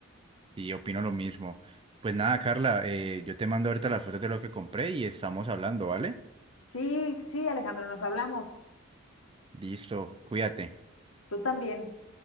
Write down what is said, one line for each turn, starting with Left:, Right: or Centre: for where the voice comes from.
Right: Sí, opino lo mismo. Pues nada, Carla, eh, yo te mando ahorita las fotos de lo que compré y estamos hablando, ¿vale?
Left: Sí, sí, Alejandro, nos hablamos.
Right: Listo, cuídate.
Left: Tú también.